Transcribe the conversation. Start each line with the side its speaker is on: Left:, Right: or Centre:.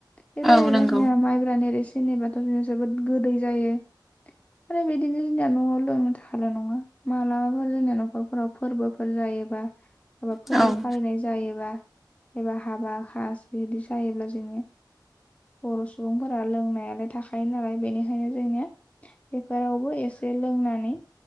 Left: बेबायदिनो
Centre: औ नंगौ
Left: जोंनिया माइब्रानि रोसि जेनेबाथ' जों जोबोद गोदै जायो आरो बिदिनो जोंनिया न'आव लोंनो थाखाय ल' नङा मालाबाफोर जोंनिया न'खरफोराव फोरबोफोर जायोबा एबा फोरबो
Centre: औ
Left: फालिनाय जायोबा एबा हाबा खाज बिदि जायोब्ला जोंनिया बर' सुबुंफोरा लोंनायालाय थाखायो नालाय बेनिखायनो जोंनिया बेफोरावबो एसे से लोंनानै